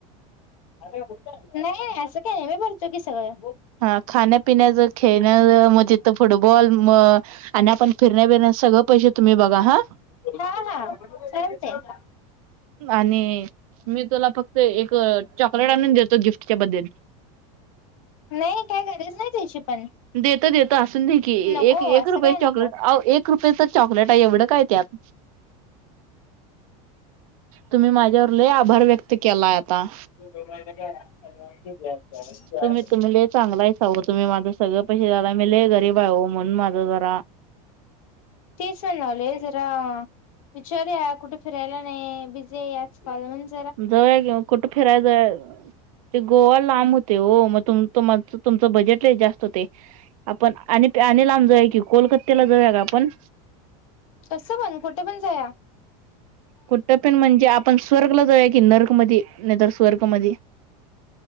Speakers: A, on the left; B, on the right.
A: नाही, असं काही नाही आम्ही भरतो की सगळं.
B: हा खाण्यापिण्याच, खेळण्याच म तीथ फुटबॉल म आणि आपण फिरण्या बिरण्याच सगळं पैसे तुम्ही बघा हा.
A: हा हा चालतंय.
B: आणि मी तुला फक्त एक चॉकलेट आणून देतो गिफ्टच्या बद्दल.
A: नाही काय गरज नाही त्याची पण.
B: देतो देतो असून दे की
A: नको
B: एक एक
A: असं
B: रुपये
A: काय
B: चॉकलेट
A: नको
B: आओ एक रुपयेच चॉकलेट आहे एवढं काय त्यात? तुम्ही माझ्या वर लय आभार व्यक्त केलाय. आता
A: <inaudible>
B: तुम्ही तुम्ही लय चांगला आहेसाओ तुम्ही माझं सगळं पैसे जाला मले गरीब आहेहो म्हणून माझं जरा
A: तसणाले <unintelligible> जरा विचारू या कुठे फिरायला नाही बिझी आहे या स् कॉल म्हण <unintelligible>
B: जाऊया किवो कुठं फिराय जाऊया. ते गोवा लांब होतय ओ, मग त तुमचं बजेटलय जास्त होतय. आपण, आणि प आणि लांब जाऊया की, कोलकत्याला जाऊया का आपण?
A: कसं पण कुठे पण जाऊया.
B: कुट्टपिण म्हणजे आपण स्वर्गला जाऊया की नर्क मधी, नाही तरर स्वर्ग मधी.